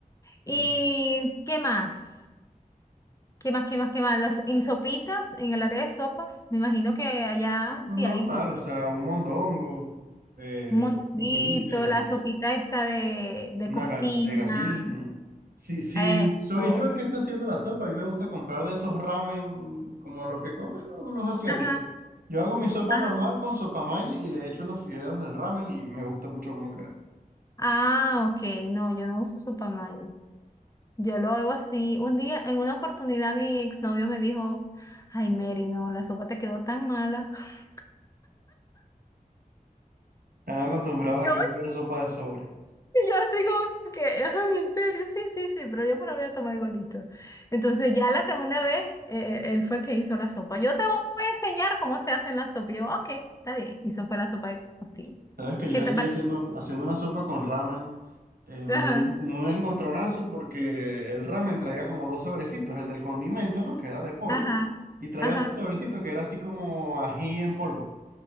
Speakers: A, on the right; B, on the left.
A: Sí.
B: ¿Y qué más? ¿Qué más, qué más, qué más? Las, en sopitas, en el área de sopas, me imagino que allá
A: Lo
B: sí
A: Normal,
B: hay sopa.
A: o sea, un mondongo, eh,
B: Un moñonguito,
A: una costilla.
B: la sopita esta de, de
A: Una
B: costilla,
A: gal- de gallina. Si, si
B: esto.
A: soy yo el que está haciendo la sopa, a mí me gusta comprar de esos ramen como los que comen los, los asiáticos.
B: Ajá.
A: Yo hago mi sopa
B: Ah,
A: normal con sopa mayo y le echo los fideos del ramen y me gusta mucho cómo queda.
B: ah, ok, no, yo no uso Supamay. Yo lo oigo así. Un día, en una oportunidad, mi exnovio me dijo, ay, Mary, no, la sopa te quedó tan mala. <laughs>
A: Están acostumbrados a
B: Yo-
A: que es pura sopa de sobre.
B: Y yo así como que, ay, en serio, sí, sí, sí, pero yo me la voy a tomar igualito. Entonces ya la segunda vez, eh, él fue que hizo la sopa. Yo te voy a enseñar cómo se hace la sopa. Y yo, ok, está bien. Hizo fue la sopa de costilla.
A: Sabes que
B: ¿Qué
A: yo
B: te
A: estoy
B: parece?
A: haciendo, haciendo una sopa con ramen. eh, me
B: Ajá,
A: di un un encontronazo porque el ramen traía como dos sobrecitos, el del condimento, ¿no? Que era de pollo,
B: ajá,
A: y traía
B: ajá,
A: otro sobrecito que era así como ají en polvo.